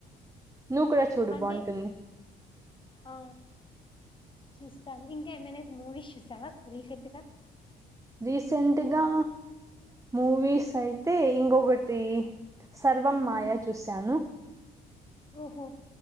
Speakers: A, on the right; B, on the left.
A: నువ్వు కూడా చూడు
B: అంటే
A: బాగుంటుంది
B: ఆ చూస్తాను ఇంకా ఏమైనా మూవీస్ చూసావా రీసెంట్గా
A: రీసెంట్గా మూవీస్ అయితే ఇంకొకటి సర్వం మాయా
B: హ్మ్.
A: చూశాను
B: ఓహో